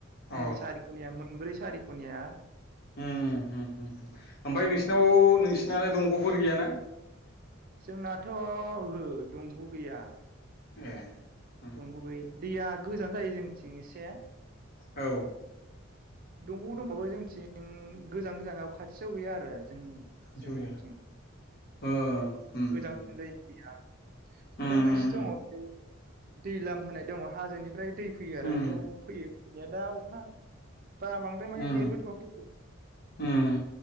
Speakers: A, on the right (about 45°); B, on the left (about 50°).
A: उम
B: अ
A: सारिखनिया मो <unintelligible> ब्रै सारिख'नियाया
B: उम हम हम ओमफाय नोंसिनाव नोंस नालाय दंग'फोर गैयाना?
A: जोंनाथ' होओ दंग' गैया
B: ए उम
A: दंग' गोयिन दैया गोजान जायो जोंनिथिं एसे
B: औ
A: दंग' दंबाबो जोंथिं गोजां गोजानाव खाथियाव गैया आरो जोंनि
B: खाथियाव
A: जोंनिथिं
B: गैया ओ उम
A: गोजा
B: उम
A: जायो <unintelligible> ओमफ्राय
B: उम
A: मोनसे
B: उम
A: दंङ' दै लाम होनाय दङ' हाजोनि फ्राय दै फैयो आरो
B: उम
A: बेयाव फैयो ने दा अखा बा बांद्राय माने
B: उम
A: देरबोथ'वाखै
B: उम